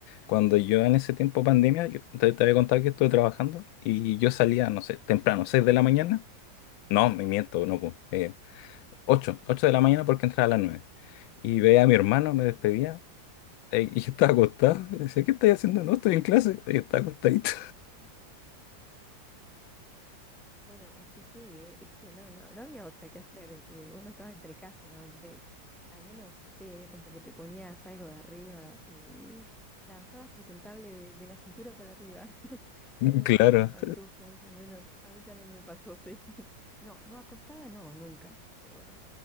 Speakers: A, on the left; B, in the centre.
A: cuando yo en ese tiempo pandemia, yo te, te había contado que estuve trabajando y yo salía, no sé, temprano, 6 de la mañana. No, me miento, no, pues, eh, 8, 8 de la mañana porque entraba a las nueve Y veía a mi hermano, me despedía eh, y yo estaba acostado. y Decía, ¿qué estás haciendo? No, estoy en clase. Y yo estaba acostadito.
B: Sí. Bueno, es que sí, eh, es que no, no, no había otra que hacer. eh, uno estaba entre casa, ¿no? Te- te- al menos sí, era como que te ponías algo de arriba y nada, estabas presentable de, de la cintura para arriba. <laughs>
A: <laughs>
B: Después
A: Claro.
B: estabas en pantuflas, al menos a mí también me pasó, sí. <laughs> No, no acostada, no, nunca, pero bueno,